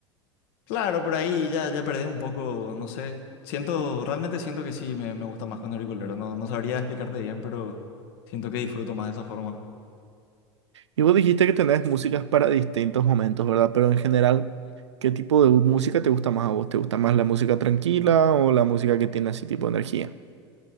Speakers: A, on the left; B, on the right.
A: Claro, por ahí ya, ya perdés un poco, no sé. Siento, realmente siento que sí, me, me gusta más con auriculero. No, no sabría explicarte bien, pero siento que disfruto más de esa forma.
B: Y vos dijiste que tenés músicas para distintos momentos, ¿verdad? Pero en general, ¿qué tipo de música te gusta más a vos? ¿Te gusta más la música tranquila o la música que tiene así tipo energía?